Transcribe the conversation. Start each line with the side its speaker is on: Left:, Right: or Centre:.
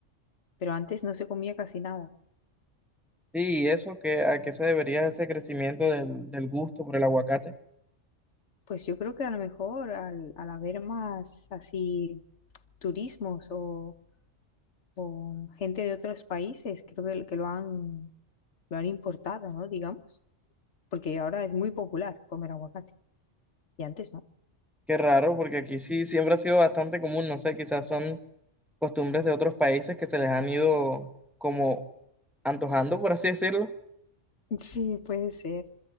Left: pero antes no se comía casi nada.
Centre: sí, eso que a qué se debería ese crecimiento del, del gusto por el aguacate.
Left: Pues yo creo que a lo mejor al, al haber más así turismos o, o gente de otros países, creo que, que lo han, lo han importado, ¿no? Digamos, porque ahora es muy popular comer aguacate y antes no.
Centre: Qué raro, porque aquí sí siempre ha sido bastante común, no sé, quizás son costumbres de otros países que se les han ido como antojando, por así decirlo.
Left: Sí, puede ser.